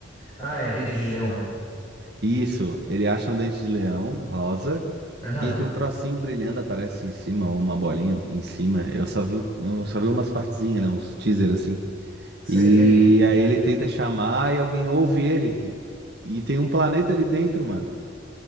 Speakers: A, on the left; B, on the right.
A: Ah, é Dente de Leão.
B: Isso, ele acha um dente de leão rosa.
A: Aham,
B: E aí tem um trocinho brilhando, aparece em cima, uma bolinha em cima. Eu só vi, o- eu só vi umas partezinhas, né? Uns teaser assim.
A: sei,
B: E
A: e aí?
B: aí ele tenta chamar e alguém ouve ele. E, e tem um planeta ali dentro, mano.